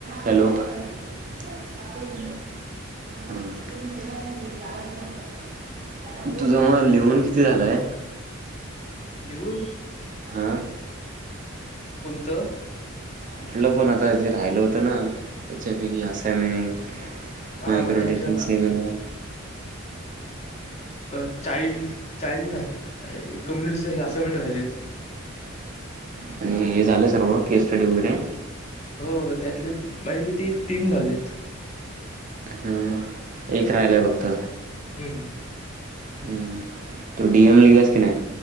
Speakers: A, on the right (about 40°); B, on the left (about 35°).
A: Hello. <unintelligible>
B: हा
A: तुझ म लिहून किती झालंय?
B: लिहून?
A: हा!
B: कोणतं?
A: कुठलं पण आता जे राहिलं होतं. ना त्याच्यापैकी असाइनमेंट?
B: हा
A: मायक्रो
B: माझ्या ह्याच्या
A: टेकिंग सेमिनार.
B: अ चाईल्ड चाइल्ड नाही कम्युनि असाइन्मेंट राहिलेत.
A: आणि हे झालं सर्व केस स्टडी वगैरे.
B: हो त्यातले माझे किती तीन झालेत.
A: ह एक राहिलाय फक्त.
B: हम्म.
A: हम् तू डीएम लिहिलास कि नाही?